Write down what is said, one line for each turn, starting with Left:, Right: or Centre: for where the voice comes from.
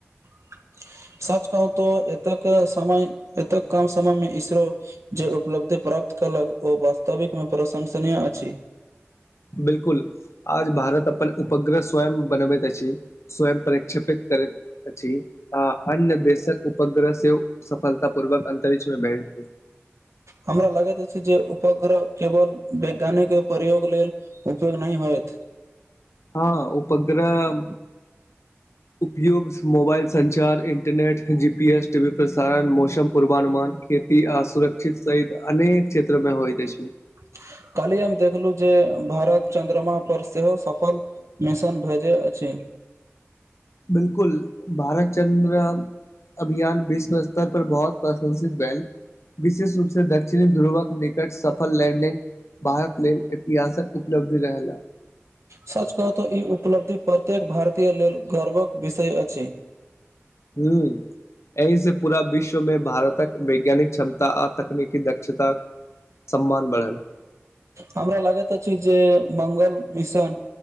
Right: <inaudible> सच कहू त, एतक समय एते कम समयमे इसरो जे उपलब्धि प्रा प्राप्त कयलक, ओ वास्तविकमे प्रशंसनीय अछि!
Left: 'बिलकुल' आज भारत अपन उपग्रह स्वयं बनबैत अछी। स्वयं प्रक्षेपित करैत अछी, आ अन्य देशक उपग्रह सेहो सफलता पूर्वक अंतरिक्षमे भेज दू।
Right: हमरा लगैत अछि जे उपग्रह केवल वैज्ञानिक प्रयोग लेल, उपयोग नहि होयत।
Left: हँ, उपग्रह! उपयोग, मोबाइल संचार, इन्टरनेट, जीपीएस, टीवी प्रसारण, मौसम पूर्वानुमान के चुकी आ सुरक्षित सहित अनेक क्षेत्रमे होइत अछि।
Right: <inaudible> काल्हि हम देखलहुँ जे, भारत चन्द्रमा पर, सेहो सफल मिशन भेजै अछि। <inaudible>
Left: 'बिल्कुल' भारत चन्द्रयान अभियान, विश्व स्तर पर बहुत प्रशंसित भैल। विशेष रूप से दक्षिणी ध्रुवक निकट, सफल लैंडिंग भारत लेल, ऐतिहासक उपलब्धि रहै ल।
Right: सच कहू तऽ ई उपलब्धि पर प्रत्येक भारतीय लेल गौर्वक विषय अछि।
Left: हूं। एहि से पूरा विश्वमे, भारतक वैज्ञानिक क्षमता, आ तकनीकी दक्षता सम्मान बढ़ल।
Right: हमरा लागैत अछि जे, मंगल मिशन,